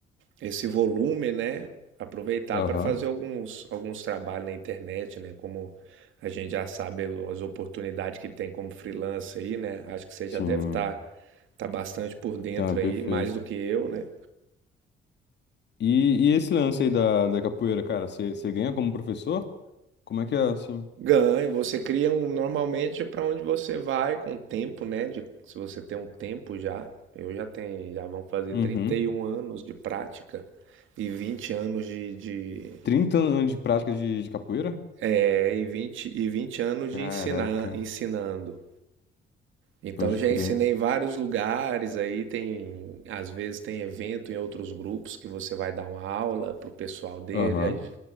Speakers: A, on the right; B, on the left.
A: esse volume, né? Aproveitar
B: Aham.
A: para fazer alguns, alguns trabalhos na internet, né? Como a gente já sabe as oportunidades que tem como freelancer aí, né? Acho que você já
B: Sim.
A: deve estar tá bastante por dentro
B: Então, é perfeito.
A: aí, mais do que eu, né?
B: E, e esse lance aí da, da capoeira, cara, você você ganha como professor? Como é que é assim?
A: Ganha, você cria um, normalmente para onde você vai com o tempo, né? De, se você tem um tempo já, eu já tenho, já vão fazer
B: Uhum.
A: trinta e um anos de prática e 20 anos de, de
B: 30 anos de prática de, de capoeira?
A: é, e vinte e vinte anos
B: Caraca,
A: de ensinar, ensinando. Então
B: pode
A: já
B: crer.
A: ensinei em vários lugares aí, tem, às vezes tem evento em outros grupos que você vai dar uma aula pro pessoal dele,
B: Aham,
A: aí,